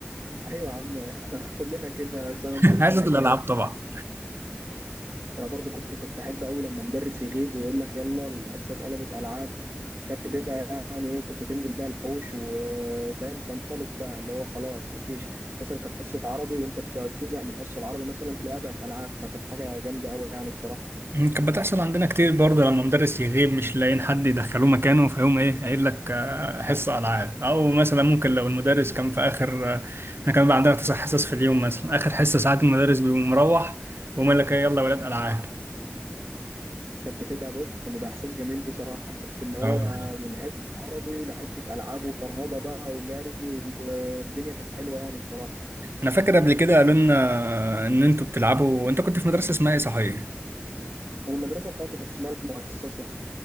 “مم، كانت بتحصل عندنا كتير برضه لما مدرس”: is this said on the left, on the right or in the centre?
Right